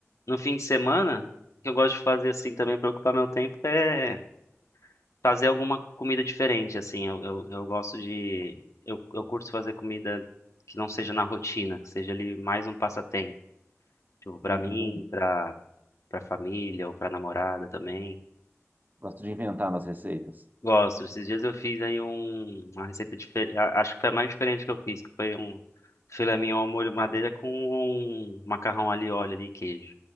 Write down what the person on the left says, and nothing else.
no fim de semana, o que eu gosto de fazer assim também para ocupar meu tempo é fazer alguma comida diferente, assim. Eu, eu, eu gosto de. Eu, eu curto fazer comida que não seja na rotina, que seja ali mais um passatempo. Tipo, pra
mim,
pra, pra família ou pra namorada também.
Gosto. Esses dias eu fiz aí um, uma receita diferente. Acho que foi a mais diferente que eu fiz, que foi um filé mignon ao molho madeira com um macarrão ali, óleo ali e queijo.